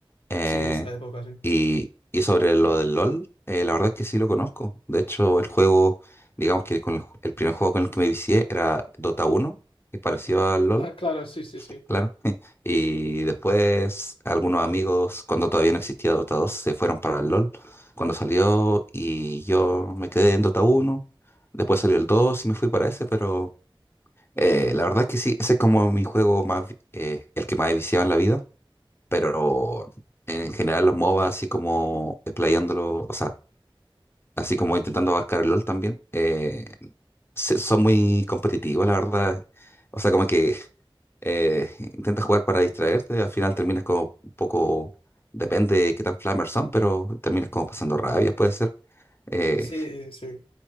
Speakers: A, on the left (about 25°); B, on the left (about 80°).
A: Eh,
B: Sí, esa época, sí.
A: y, y sobre lo del LOL, eh, la verdad es que sí lo conozco. De hecho, el juego, digamos que con el, ju- el primer juego con el que me vicié era Dota 1, que es parecido al LOL,
B: Ah, claro, sí, sí, sí.
A: claro. <laughs> Y después algunos amigos, cuando todavía no existía Dota 2, se fueron para el LOL cuando salió y yo me quedé en Dota 1. Después salió el 2 y me fui para ese, pero... Eh, la verdad que sí, ese es como mi juego más, vi- eh, el que más he viciado en la vida, pero en general los MOBA así como explayándolo, o sea, así como intentando abarcar el LOL también, eh, se- son muy competitivos, la verdad. O sea, como que eh, intentas jugar para distraerte y al final terminas como un poco, depende de qué tan flamers son, pero terminas como pasando rabia, puede ser. Eh,
B: Sí, sí.